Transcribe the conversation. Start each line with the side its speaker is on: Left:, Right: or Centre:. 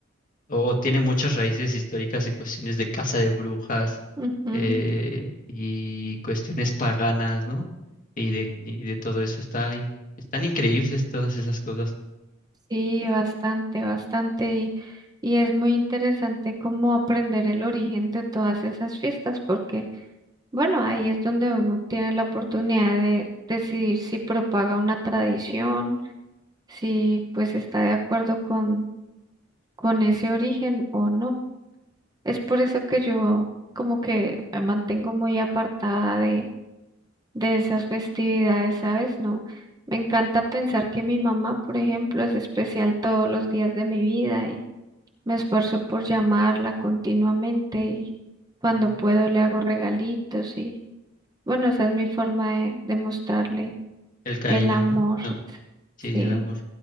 Left: o tiene muchas raíces históricas en cuestiones de caza de brujas
Right: ujú,
Left: eh, y cuestiones paganas, ¿no? Y de, y de todo eso. Está in- están increíbles todas esas cosas.
Right: Sí, bastante, bastante. Y, y es muy interesante cómo aprender el origen de todas esas fiestas, porque, bueno, ahí es donde uno tiene la oportunidad de decidir si propaga una tradición si pues está de acuerdo con, con ese origen o no. Es por eso que yo como que me mantengo muy apartada de, de esas festividades, ¿sabes? No, me encanta pensar que mi mamá, por ejemplo, es especial todos los días de mi vida y me esfuerzo por llamarla continuamente y cuando
Left: Ujú.
Right: puedo le hago regalitos y bueno, esa es mi forma de, de mostrarle
Left: El cariño,
Right: el amor.
Left: ¿no? No, sí,
Right: Sí,
Left: el amor.